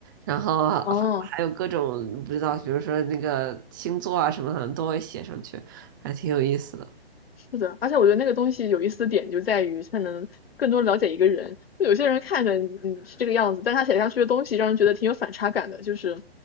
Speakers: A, on the right (about 20°); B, on the left (about 65°).
A: 然后还还有各种不知道，
B: 嗯。
A: 比如说那个星座啊什么，的都会写上去，还挺有意思的。
B: 是的，而且我觉得那个东西有意思的点就在于它能更多了解一个人。就有些人看着嗯是这个样子，但他写下去的东西让人觉得挺有反差感的，就是